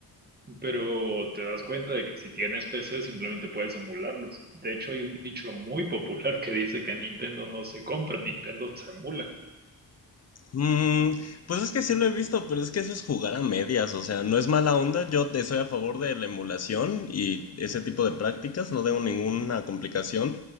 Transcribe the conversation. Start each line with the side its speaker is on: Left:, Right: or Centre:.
Right: pero te das cuenta de que si tienes PC simplemente puedes emularlos. De hecho, hay un dicho muy popular que dice que Nintendo no se compra, Nintendo se emula.
Left: Mm, pues es que sí lo he visto, pero es que eso es jugar a medias, o sea, no es mala onda, yo te soy a favor de la emulación y ese tipo de prácticas, no tengo ninguna complicación,